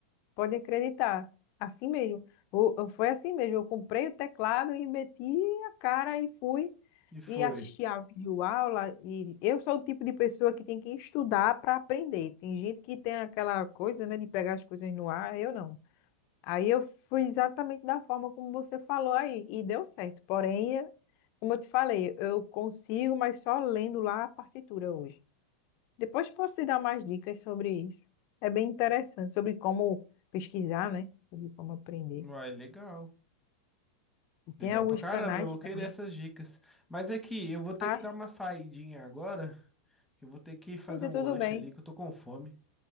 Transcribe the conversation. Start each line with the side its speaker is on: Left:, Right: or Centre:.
Left: Pode acreditar. Assim mesmo. O- o- foi assim mesmo. Eu comprei o teclado e meti a cara e fui
Centre: E foi.
Left: e assisti a videoaula. E eu sou o tipo de pessoa que tem que estudar para aprender. Tem gente que tem aquela coisa, né, de pegar as coisas no ar. Eu não. Aí eu fui exatamente da forma como você falou aí e deu certo. Porém, é, como eu te falei, eu consigo, mas só lendo lá a partitura hoje. Depois posso te dar mais dicas sobre isso. É bem interessante, sobre como pesquisar, né? Sobre como aprender.
Centre: Uai, legal.
Left: E tem
Centre: Legal
Left: alguns
Centre: pra caramba,
Left: canais
Centre: eu vou querer
Left: também.
Centre: essas dicas. Mas é que eu vou ter
Left: Ah,
Centre: que dar uma saidinha agora, que eu vou ter que fazer
Left: eita,
Centre: um
Left: tudo
Centre: lanche
Left: bem.
Centre: ali, que eu tô com fome.